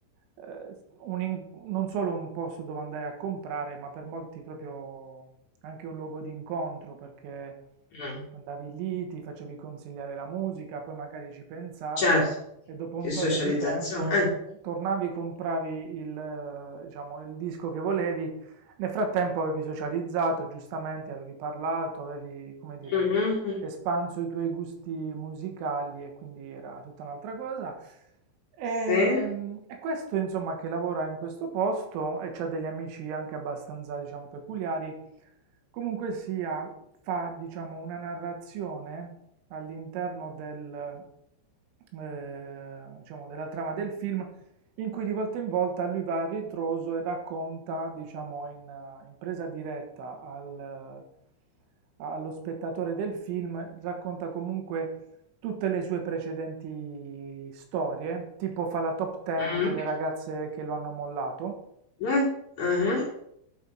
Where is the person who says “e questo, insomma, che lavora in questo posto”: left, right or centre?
Right